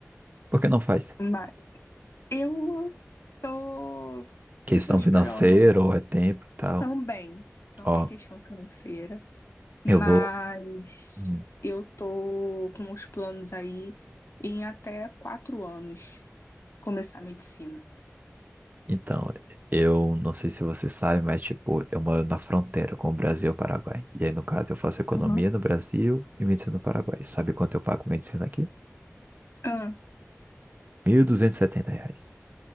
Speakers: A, on the right; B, on the left.
A: Por que não faz?
B: Mas eu tô,
A: questão
B: estou esperando
A: financeira ou é tempo e tal.
B: também, também
A: Ó,
B: questão financeira,
A: eu
B: mas
A: vou. Hum,
B: eu tô com os planos aí em até quatro anos começar a medicina.
A: Então, eu não sei se você sabe, mas tipo, eu moro na fronteira com o Brasil e o Paraguai. E aí, no caso, eu faço economia
B: Uhum.
A: no Brasil e medicina no Paraguai. Sabe quanto eu pago medicina aqui?
B: Ah,
A: mil duzentos e setenta reais.